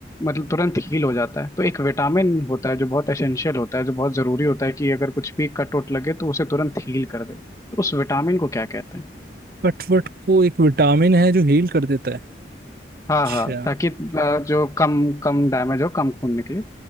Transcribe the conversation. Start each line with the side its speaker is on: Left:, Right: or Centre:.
Left: मतलब तुरंत हील हो जाता है तो एक विटामिन होता है जो बहुत एसेंशियल होता है जो बहुत जरूरी होता है कि अगर कुछ भी कट वट लगे तो उसे तुरंत हील कर दे तो उस विटामिन को क्या कहते हैं
Right: कटवट को एक विटामिन है जो हील कर देता है अच्छा
Left: हाँ हाँ ताकि अ, जो कम कम डैमेज हो कम खून निकले